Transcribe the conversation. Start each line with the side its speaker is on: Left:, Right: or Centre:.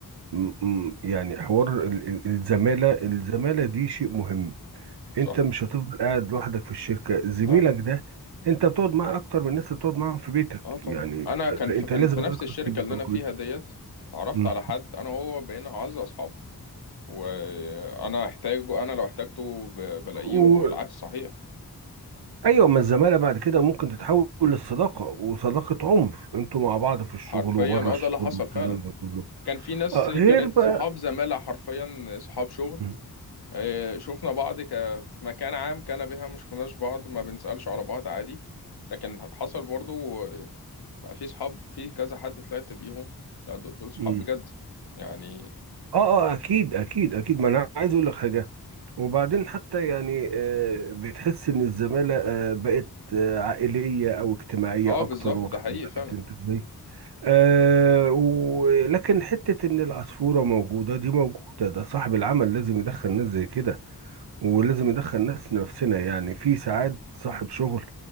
Right: م- م- يعني حوار ال- ال- الزماله الزماله دي شيء مهم انت
Left: صح
Right: مش هتفضل قاعد لوحدك في الشركه زميلك
Left: لا لا
Right: ده انت بتقعد معاه اكتر من الناس اللي بتقعد معاهم في بيتك
Left: اه طبعا
Right: يعني
Left: انا
Right: ف-
Left: كان
Right: فانت
Left: في كان
Right: لازم
Left: في نفس
Right: علاقتك
Left: الشركه
Right: تبقى
Left: اللي انا
Right: كويسه
Left: فيها ديت اتعرفت
Right: مم.
Left: على حد انا وهو بقينا اعز اصحاب وانا احتاجه انا لو احتاجته ب- بلاقيه
Right: و-
Left: والعكس صحيح
Right: ايوه ما الزماله بعد كده ممكن تتحول للصداقه وصداقه عمر انتوا مع بعض في الشغل
Left: حرفيا
Right: وبره
Left: اه
Right: الشغل
Left: ده اللي حصل
Right: والكلام
Left: فعلا
Right: ده كله
Left: كان في ناس
Right: آه غير
Left: كانت
Right: بقى
Left: صحاب زمالة حرفيا صحاب شغل
Right: مم.
Left: آه، شفنا بعض ك- في مكان عام كان بها مش كناش بعض ما بنسألش على بعض عادي لكن حصل برضو آه، لا في صحاب في كذا حد طلعت بيهم لا دول دول صحاب
Right: مم.
Left: بجد يعني
Right: اه اه اكيد اكيد اكيد ما انا عايز اقول لك حاجه وبعدين حتى يعني آه، بتحس ان الزماله آه، بقت آه، عائليه او اجتماعيه
Left: اه
Right: اكتر
Left: بالظبط
Right: واخد
Left: ده حقيقي
Right: بالك
Left: فعلا
Right: انت ازاي آه ولكن حته ان العصفوره موجوده دي موجوده ده صاحب العمل لازم يدخل ناس زي كده ولازم يدخل ناس نفسنا يعني في ساعات صاحب شغل